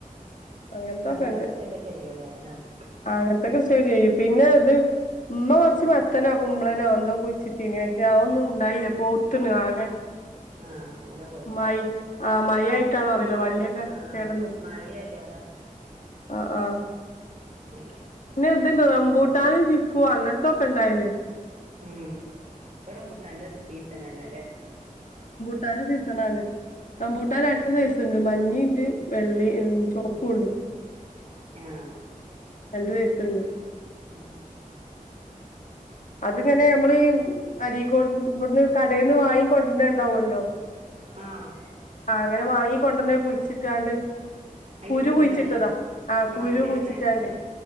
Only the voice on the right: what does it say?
അങ്ങനത്തെ കൃഷിയൊക്കെ ചെയ്യൂല്ലേ. ആഹ്
ആഹ് അങ്ങനെ പോയി
ഈ
മഴ
ആഹ്
മഴയല്ലേ
ആ
ഉം ഇപ്പം റാമ്പുട്ടൻ്റെ സീസൺ അല്ലേല്ലേ?
ആഹ.
ഉം.
ആഹ്
അയിന്
കുരുണ്ടായതാ
ആഹ്
അങ്ങനെ
ഇണ്ടായതാല്ലേ